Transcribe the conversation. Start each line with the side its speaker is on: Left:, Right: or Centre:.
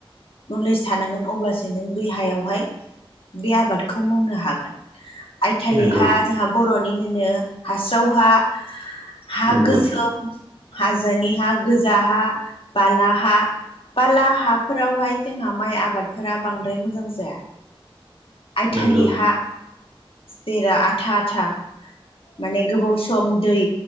Left: नलेज थानांगोन अब्लासो नों बे हायावहाय बे आबादखौ मावनो हागोन थटालि
Right: नंगौ
Left: हा जोंहा बर'नि होनो हास्राव हा हा
Right: नंगौ
Left: गोसौ हाजानि हा गोजा हा बाला हा बाला हाफोरावहाय जोंहा माइ आबादफोरा बांद्राय मोजां जाया आयथालि
Right: नंगौ
Left: हा जेरा आथा आथा माने गोबाव सम दै